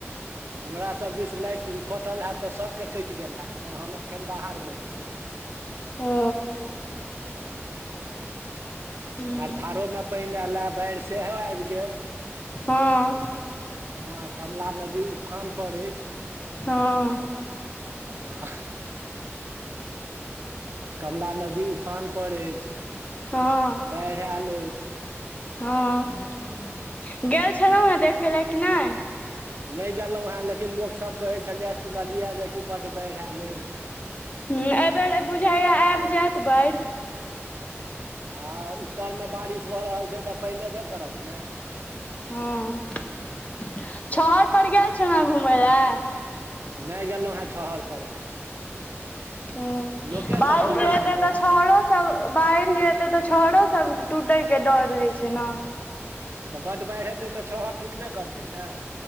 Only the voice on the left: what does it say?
ओ
हूँ
हँ
हँ
हँ
हँ गेल
छलहुँ हँ देखै लए कि नहि
हँ एहिबेर बुझाय आबि
जायत बाढ़ि
हँ छहर
पर गेल छलै न घुमय लए
ह
बाढ़ि
जे एतय
तऽ छहरस सब बाढ़ जे एते तऽ छहरो सब टूटे के डर रहय छै ने